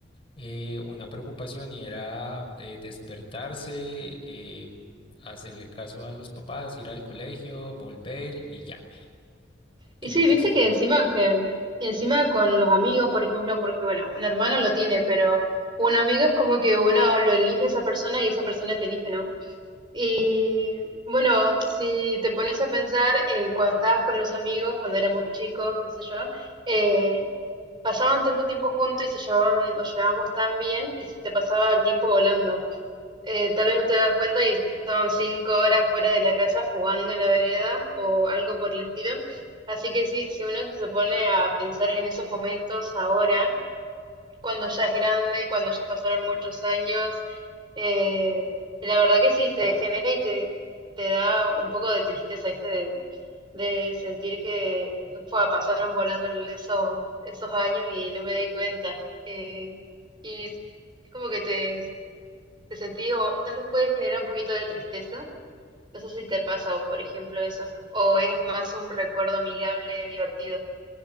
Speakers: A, on the left (about 30°); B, on the right (about 25°).
A: eh, una preocupación y era eh, despertarse, eh, hacerle caso a los papás, ir al colegio, volver y ya. Creo
B: Y sí,
A: que
B: viste
A: eso es
B: que
A: bueno.
B: encima, que encima con los amigos, por ejemplo, porque bueno, un hermano lo tiene, pero un amigo es como que uno lo elige a esa persona y esa persona te elige, ¿no? Y bueno, si te pones a pensar, eh, cuando estabas con los amigos, cuando éramos chicos, qué sé yo, eh, pasaban tanto tiempo juntos y se llevaban, nos llevábamos tan bien que se te pasaba el tiempo volando. Eh, tal vez no te das cuenta y estaban cinco horas fuera de la casa jugando en la vereda o algo por el estilo. Así que sí, si uno se pone a pensar en esos momentos ahora, cuando ya es grande, cuando ya pasaron muchos años. eh, la verdad que sí, te genera y te, te da un poco de tristeza, ¿viste? De, de sentir que fue, pasaron volando esos, esos años y no me di cuenta. Eh, y es como que te, te sentí, o tal vez puede generar un poquito de tristeza. No sé si te pasa, o por ejemplo, eso. O es más un recuerdo amigable, divertido.